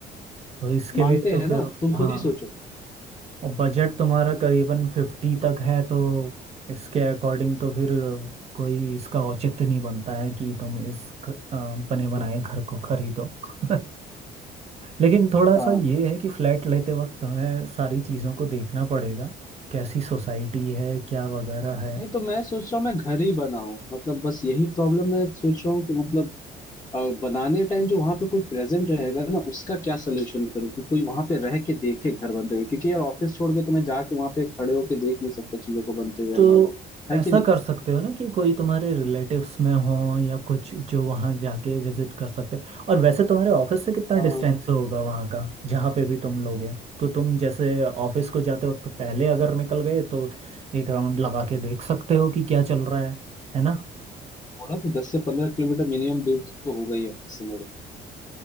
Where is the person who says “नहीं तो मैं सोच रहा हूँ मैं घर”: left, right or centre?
Left